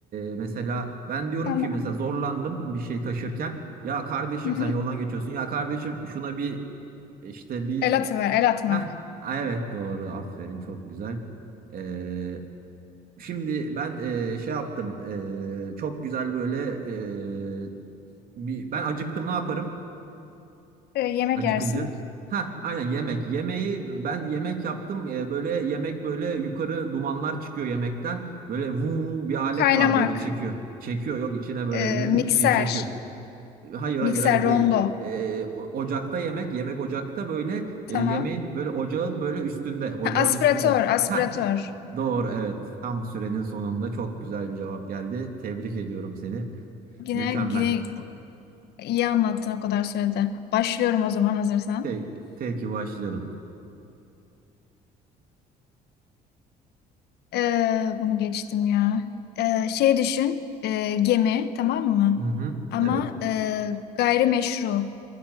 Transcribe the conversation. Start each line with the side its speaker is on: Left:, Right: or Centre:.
Right: e, mesela ben diyorum
Left: Tamam.
Right: ki mesela zorlandım bir şey taşırken ya kardeşim
Left: Hı-hı.
Right: sen yoldan geçiyorsun ya kardeşim şuna bir işte bir
Left: El atıver, el atmak.
Right: ha evet doğru aferin çok güzel. E, Şimdi ben e, şey yaptım. e, çok güzel böyle e, bir ben acıktım ne yaparım
Left: Ee, yemek
Right: acıkınca?
Left: yersin.
Right: Ha aynen yemek. Yemeği ben yemek yaptım. E, böyle yemek böyle yukarı dumanlar çıkıyor yemekten. Böyle vuu bir alet
Left: Kaynamak,
Right: var böyle çekiyor. Çekiyor yok içine böyle
Left: ee,
Right: vuu
Left: mikser,
Right: diye çekiyor. Hayır hayır
Left: mikser
Right: hayır değil.
Left: rondo.
Right: Ee, o- ocakta yemek, yemek ocakta böyle e,
Left: Tamam.
Right: yemeğin böyle ocağın böyle üstünde, ocağın
Left: Ha, aspiratör,
Right: üstünde.
Left: aspiratör.
Right: Ha, doğru evet. Tam sürenin sonunda çok güzel bir cevap geldi. Tebrik ediyorum seni.
Left: Yine,
Right: Mükemmel.
Left: yine iyi anlattın o kadar sürede. Başlıyorum o zaman hazırsan.
Right: Te, teki başlayalım.
Left: Ee, bunu geçtim ya. Ee, şey düşün, ee, gemi tamam mı?
Right: Hı hı,
Left: Ama
Right: evet.
Left: ee, gayrimeşru.